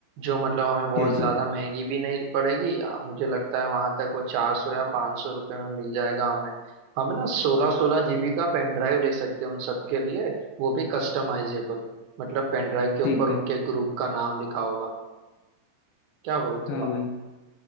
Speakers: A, on the right (about 75°); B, on the left (about 80°).
A: जो मतलब हमें बहुत
B: क्या चाहिए
A: ज्यादा महंगी भी नहीं पड़ेगी आ, मुझे लगता है वहां तक वो चार सौ या पाँच सौ रुपये में मिल जाएगा हमें हम ना सोलह सोलह जीबी का पेन ड्राइव ले सकते हैं उन सबके लिए वो भी कस्टमाइजेबल मतलब पेन ड्राइव के ऊपर
B: ठीक
A: उनके
B: है
A: ग्रुप का नाम लिखा होगा क्या बोलते
B: हाँ
A: हो आप
B: वही